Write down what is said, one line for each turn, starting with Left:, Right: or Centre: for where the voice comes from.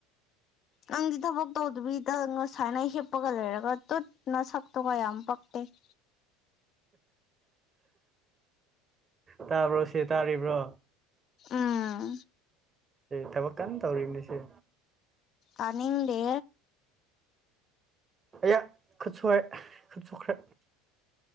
Left: ꯅꯪꯗꯤ ꯊꯕꯛ ꯇꯧꯗꯕꯤꯗ ꯉꯁꯥꯏꯅ ꯍꯤꯞꯄꯒ ꯂꯩꯔꯒ ꯇꯨꯠꯅ ꯁꯛꯇꯨ ꯀꯌꯥꯝ ꯄꯛꯇꯦ <unintelligible>
Right: ꯇꯥꯕ꯭ꯔꯣ ꯁꯤꯦ ꯇꯥꯔꯤꯕ꯭ꯔꯣ
Left: ꯑꯥ
Right: ꯊꯕꯛ ꯀꯟꯅ ꯇꯧꯔꯤꯅꯤ ꯁꯤꯦ
Left: ꯇꯅꯤꯅꯤꯡꯂ
Right: ꯑꯌꯥ ꯈꯠꯁꯨꯣꯛꯈꯦ ꯈꯠꯁꯨꯣꯛꯈ꯭ꯔꯦ